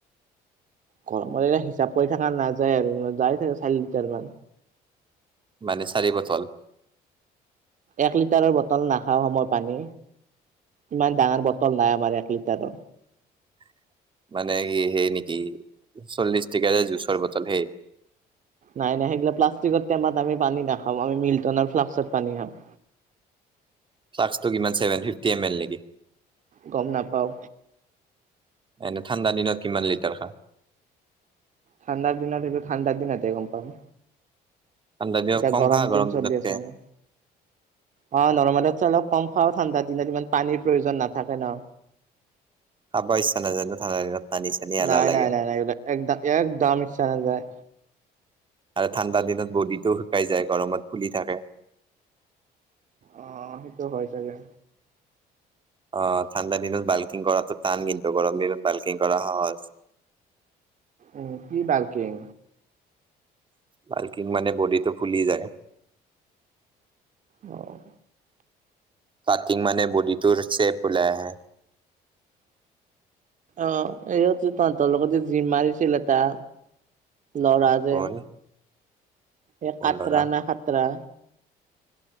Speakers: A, on the right; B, on the right.
A: গৰমত এয়া হিচাপ কৰি থকা নাযায় আৰু যায় থাকে চাৰি লিটাৰ মান।
B: মানে চাৰি বটল।
A: এক লিটাৰৰ বটল নাখাওঁ সম পানী। ইমান ডাঙৰ বটল নাই আমাৰ এক লিটাৰৰ।
B: <inaudible> মানে কি সেই নেকি! চল্লিশ টিকাৰে জুচৰ বটল হেই
A: নাই নাই সেইগিলা প্লাষ্টিকৰ টেমাত আমি পানী নাখাম, আমি মিল্টনৰ ফ্লাক্মত পানী খাম।
B: ফ্লাক্মটো কিমান ছেভেন ফিফটি এম এল নেকি?
A: গম নাপাওঁ।
B: এনেই ঠাণ্ডা দিনত কিমান লিটাৰ খা
A: ঠাণ্ডাৰ দিনত এইটো ঠাণ্ডাৰ দিনতে গম পাম।
B: ঠাণ্ডা দিনত
A: এতিয়া
B: কম
A: গৰম
B: খা
A: দিন চলি
B: দিনতকে
A: আছে ন? অ', নৰমেলতছে অলপ কম। খাও ঠাণ্ডা দিনত ইমান পানীৰ প্ৰয়োজন নাথাকে ন?
B: খাব ইচ্ছা নাযায় ন ঠাণ্ডা দিনত পানী চানী এলাহ
A: নাই,
B: লাগে
A: নাই, নাই, নাই, এইবিলাক একদ একদম ইচ্ছা নাযায়।
B: আৰু ঠাণ্ডা দিনত বডিটো শুকাই যায় গৰমত ফুলি থাকে।
A: অ', সেইটো হয় চাগে।
B: অ', ঠাণ্ডা দিনত বাল্কিং কৰাটো টান কিন্তু গৰম দিনত বাল্কিং কৰা সহজ। <inaudible>
A: উ, কি বালকিং?
B: বাল্কিং মানে বডিটো ফুলি যায়।
A: অ'।
B: পাটিং মানে বডিটোৰ চেপ ওলাই আহে।
A: অ', এইৱত তহঁতৰ লগতে জিম মাৰিছিল এটা। ল'ৰা
B: কোন
A: যে? এ,
B: কলডৰা
A: কাতৰা নে খাতৰা।